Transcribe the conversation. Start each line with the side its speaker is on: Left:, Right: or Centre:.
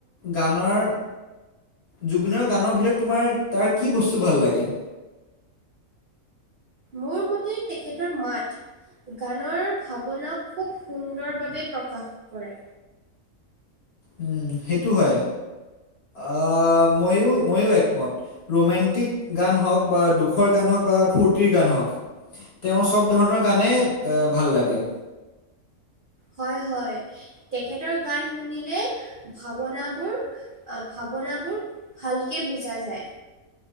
Left: গানৰ জুবিনৰ গানৰ ভিতৰত তোমাৰ তাৰ কি বস্তু ভাল লাগে?
Right: মোৰ মতে তেখেতৰ মাত। গানৰ ভাৱনা খুব সুন্দৰভাৱে প্ৰকাশ কৰে।
Left: উম সেইটো হয়। আঁহ ময়ো ময়ো একমত। ৰোমেণ্টিক গান হওঁক বা দুখৰ গান হওঁক বা ফূৰ্তিৰ গান হওঁক। তেওঁৰ চব ধৰণৰ গানেই ৱে ভাল লাগে।
Right: হয়, হয়। তেখেতৰ গান শুনিলেই ভাৱনাবোৰ অভাৱনাবোৰ ভালকে বুজা যায়